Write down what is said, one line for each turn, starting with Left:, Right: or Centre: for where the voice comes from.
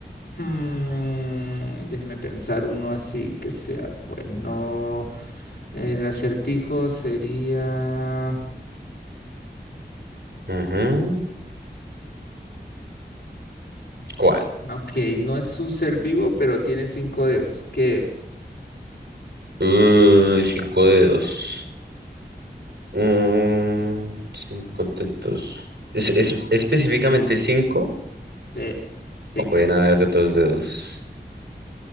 Left: hmm, déjeme pensar uno así que sea bueno. El acertijo sería...
Right: ujú.
Left: ah,
Right: ¿Cuál?
Left: Ok, no es un ser vivo, pero tiene cinco dedos. ¿Qué es?
Right: Uh, cinco dedos. Mm, cinco dedos. ¿Es, es específicamente cinco?
Left: Eh, cinco.
Right: ¿O pueden haber de dos dedos?